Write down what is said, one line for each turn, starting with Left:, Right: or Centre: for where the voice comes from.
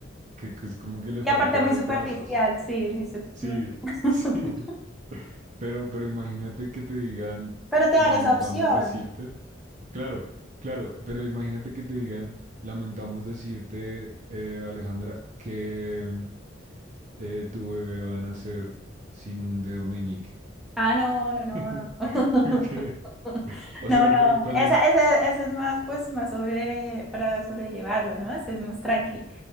Right: Que, que es como que le
Centre: Y
Right: falta
Centre: aparte muy
Right: dos
Centre: superficial,
Right: brazos.
Centre: sí. muy su-
Right: Sí,
Centre: <laughs>
Right: <laughs> sí. Pero, pero imagínate que te digan,
Centre: Pero te
Right: lamentamos
Centre: dan esa opción.
Right: decirte. Claro, claro, pero imagínate que te digan, lamentamos decirte, eh, Alejandra, que eh, tu bebé va a nacer sin un dedo meñique.
Centre: Ah, no, no, no.
Right: <laughs>
Centre: <laughs>
Right: ¿Qué? O
Centre: No,
Right: sea,
Centre: no.
Right: ¿cuál, cuál
Centre: Esa,
Right: es?
Centre: ese, ese es más, pues, más sobre, para sobrellevarlo, ¿no? Ese es más tranqui.